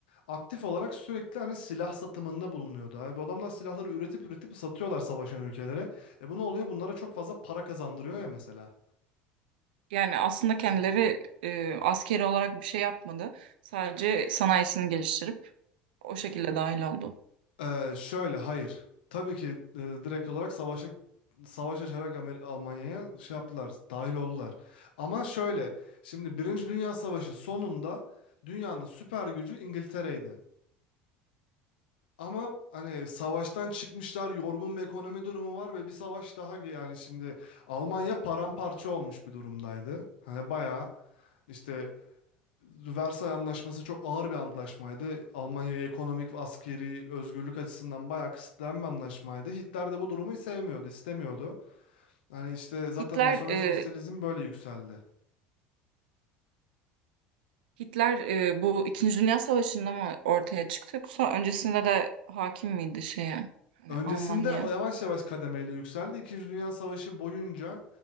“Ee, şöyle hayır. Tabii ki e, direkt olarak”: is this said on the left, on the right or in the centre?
Left